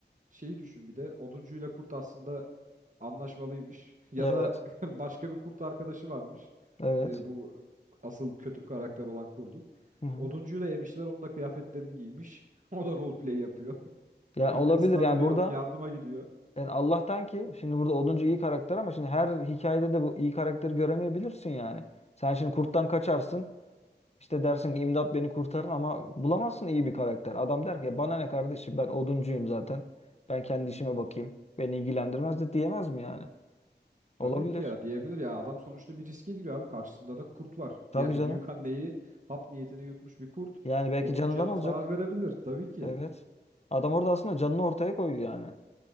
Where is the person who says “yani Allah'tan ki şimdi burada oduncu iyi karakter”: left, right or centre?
Left